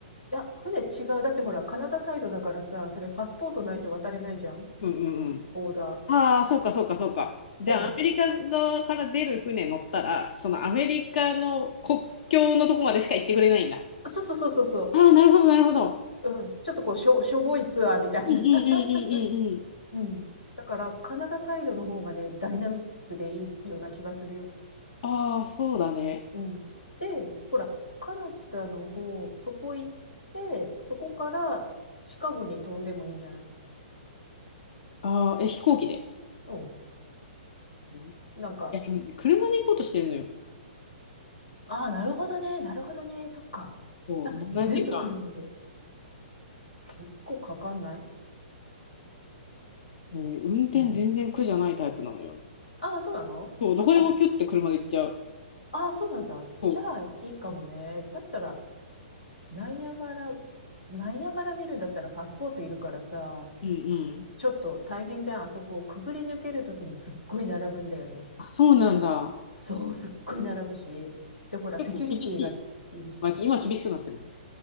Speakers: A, on the left; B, on the left.
A: や、船違う。だってほら、カナダサイドだからさ、それパスポートないと渡れないじゃん。
B: うんうん
A: オーダー。
B: ああ、そうか、そうか、そうか。じゃあ、
A: うん。
B: アメリカ側から出る船乗ったら、そのアメリカの国境のとこまでしか行ってくれないんだ。
A: そうそうそうそうそう。
B: ああ、なるほど、なるほど。
A: うん、ちょっとこうしょ、しょぼいツアーみたいな。
B: うんうんうんうんうんうん。
A: <laughs> うん。だから、カナダサイドの方がね、ダイナミックでいいような気がするよ。
B: ああ、そうだね。
A: うん。で、ほら、カナダの方、そこ行って、そこからシカゴに飛んでもいいんじゃない
B: ああ、え、飛行機で。
A: うん。
B: うんい
A: なんか、
B: や、車で行こうとしてるのよ。
A: ああ、なるほどね、なるほどね、そっか。
B: そう、
A: あ、
B: 7時間。
A: 全部車で。結構かかんない
B: うん、運転全然苦じゃないタイプなのよね。
A: うん。ああ、そうなのああ、
B: そう、どこでもピュって車で行っちゃう。
A: ああ、そうなんだ。
B: そう。
A: じゃあ、いいかもね。だったら、ナイアガラ、ナイアガラ見るんだったらパスポートいるからさ、
B: うんうん。
A: ちょっと大変じゃん。あそこをくぐり抜けるときにすっごい並ぶんだよね。
B: あ、そうなんだ。
A: そう、すっごい並ぶし。で、ほら、
B: 結構厳しい。
A: セキュリティがいるし、
B: まあ、今厳しくなってるもんね。